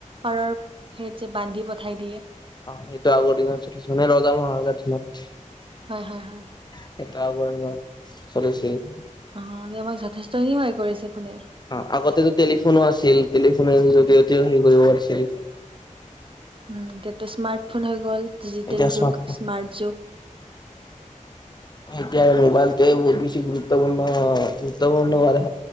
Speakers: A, on the right; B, on the left.
A: পাৰৰ সেইত যে বান্ধি পঠাই দিয়ে।
B: অ' সেটো আগৰ দিনত মানে জোনে ৰজা মহাৰজা দিনত
A: হয় হয় হয়
B: এটা কৰিম মই চল্লিছ কেজি
A: অ' এতিয়া আমাক যথেষ্টখিনি সহায় কৰিছে ফোনে
B: অ' আগতেতো টেলিফোনো আছিল। টেলিফোনৰ
A: টেলিফোন
B: জৰিয়তেও হে কৰিব পাৰিছিল।
A: উম, তেতোচ। স্মাৰ্টফোন হৈ গ'ল, ডিজিটেল
B: এতিয়া স্মাৰ্টফোন
A: যুগ, স্মাৰ্ট যুগ।
B: এতিয়াাৰে মোবাইলটো বহুত বেছি গুৰুত্বপূৰ্ণ, গুৰুত্বপূৰ্ণ হয় পাৰে।